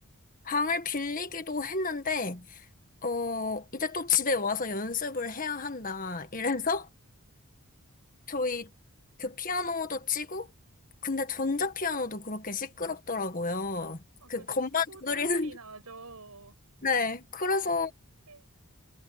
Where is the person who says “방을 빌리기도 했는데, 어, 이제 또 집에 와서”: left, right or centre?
Left